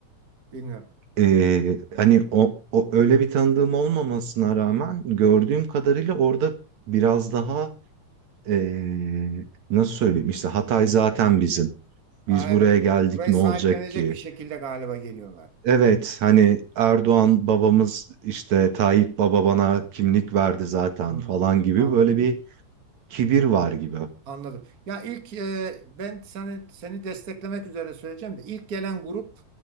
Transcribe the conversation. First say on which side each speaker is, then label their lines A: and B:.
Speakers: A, on the right; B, on the right.
A: bilmiyorum.
B: Eee, hani o, o öyle bir tanıdığım olmamasına rağmen gördüğüm kadarıyla orada biraz daha eee, nasıl söyleyeyim işte Hatay zaten bizim.
A: Aa,
B: Biz
A: evet.
B: buraya geldik
A: Burayı
B: ne
A: sahiplenecek
B: olacak ki?
A: bir şekilde galiba geliyorlar.
B: Evet hani Erdoğan babamız işte Tayyip baba bana kimlik verdi zaten
A: Hı,
B: falan gibi
A: anladım.
B: böyle bir kibir var gibi.
A: Anladım. Ya ilk e, ben seni seni desteklemek üzere söyleyeceğim de ilk gelen grup